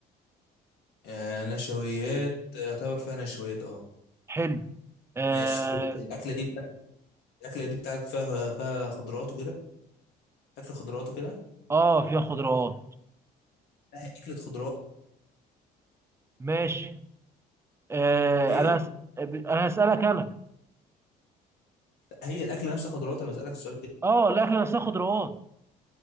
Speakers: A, on the left (about 75°); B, on the right (about 15°).
A: آه نشويات اعتبر فيها نشويات اه
B: حلو اه
A: ماشي الاكله دي بتاعت الاكله دي بتاعتك فيها فيها خضروات وكده اكل خضروات وكده
B: اه فيها خضروات
A: لا، هي اكله خضروات
B: ماشي آه
A: هي
B: انا هس- انا هسألك انا
A: هي الاكله نفسها خضروات انا بسالك السؤال كده
B: اه الاكل نفسها خضروات